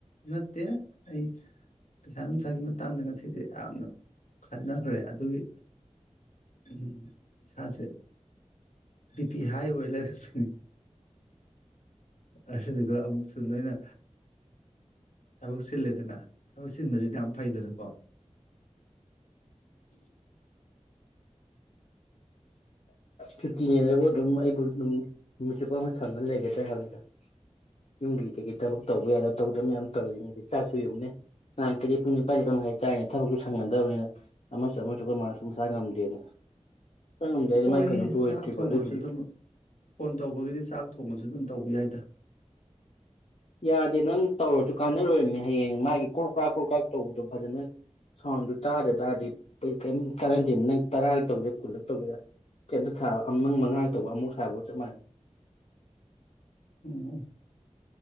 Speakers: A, on the left; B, on the left.
A: ꯅꯠꯇꯦ ꯑꯩ ꯄꯩꯁꯥ ꯅꯨꯡꯁꯥꯒꯤ ꯃꯇꯥꯡꯗ ꯉꯁꯤꯁꯦ ꯌꯥꯝꯅ ꯈꯟꯅꯈ꯭ꯔꯦ ꯑꯗꯨꯒꯤ ꯎꯝ ꯏꯁꯥꯁꯦ ꯕꯤ ꯄꯤ ꯍꯥꯏ ꯑꯣꯏ ꯂꯩꯔꯛꯄꯅꯤ ꯑꯗꯨꯗꯨꯒ ꯑꯃꯨꯛꯁꯨ ꯅꯣꯏꯅ ꯊꯕꯛ ꯁꯤꯜꯂꯦꯗꯅ ꯊꯕꯛ ꯁꯤꯟꯕꯁꯤꯗꯤ ꯌꯥꯝ ꯐꯩꯗꯅꯀꯣ <unintelligible>
B: ꯁꯨꯇꯤꯅꯦꯕꯨ ꯑꯗꯨꯝ ꯑꯩꯕꯨ ꯑꯗꯨꯝ ꯅꯨꯃꯤꯠ ꯆꯨꯞꯄ ꯑꯃ ꯁꯪꯉ ꯂꯩꯒꯗ꯭ꯔꯥ ꯍꯥꯏꯕꯅꯤꯗ ꯌꯨꯝꯒꯤ ꯀꯩꯀꯩ ꯊꯕꯛ ꯇꯧꯕ ꯌꯥꯗ ꯇꯧꯗꯕ ꯃꯌꯥꯝ ꯇꯧꯔꯤꯅꯤꯗꯤ ꯆꯥꯛꯁꯨ ꯌꯦꯡꯉꯨꯅꯦ ꯉꯥꯟ ꯀꯩꯗꯤ ꯄꯨꯡ ꯅꯤꯄꯥꯥꯟ ꯅꯤꯄꯥꯥꯟ ꯃꯈꯥꯏ ꯆꯥꯏꯅꯦ ꯊꯕꯛꯁꯨ ꯁꯪꯒꯗꯕꯅꯤꯅ ꯑꯃꯁꯨ ꯑꯃ ꯆꯀ ꯃꯛꯁꯨ ꯃꯁꯥ ꯉꯝꯗꯦꯅ ꯑꯪꯝꯗ ꯑꯗꯨ
A: ꯍꯣꯏꯍꯦ
B: ꯃꯥꯏ ꯀꯩꯅꯣ ꯂꯣꯏꯗ꯭ꯔꯤꯕ
A: ꯆꯥꯛ ꯊꯣꯡꯉꯁꯨ
B: ꯑꯗꯨꯗꯨꯒꯤ
A: ꯑꯗꯨꯝ ꯐꯣꯟ ꯇꯧꯕꯒꯤꯗꯤ ꯆꯥꯛ ꯊꯣꯡꯕꯁꯨ ꯑꯗꯨꯝ ꯇꯧꯕꯤ ꯍꯥꯏꯏꯗ
B: ꯌꯥꯗꯦ ꯅꯪ ꯇꯧꯔꯁꯨ ꯀꯥꯟꯅꯔꯣꯏꯝꯃꯦ ꯍꯌꯦꯡ ꯃꯥꯒꯤ ꯀ꯭ꯔꯣꯛ ꯀ꯭ꯔꯥꯛ ꯀ꯭ꯔꯣ ꯀ꯭ꯔꯥꯛ ꯇꯧꯕꯗꯣ ꯐꯖꯅ ꯁꯥꯎꯟꯗꯨ ꯇꯥꯗ ꯇꯥꯔꯗꯤꯩ ꯀꯔꯤꯝ ꯀꯥꯟꯅꯟꯗꯦ ꯅꯪ ꯇꯔꯥꯔ ꯇꯧꯒꯦꯔꯥ ꯀꯨꯜꯂ ꯇꯧꯒꯦꯔꯥ ꯀꯩꯝꯇ ꯁꯥꯕ ꯑꯃ ꯃꯉꯥꯔ ꯇꯧꯕ ꯑꯃꯨꯐꯛ ꯁꯥꯕꯒ ꯆꯞ ꯃꯥꯟꯅꯩ
A: ꯑꯣ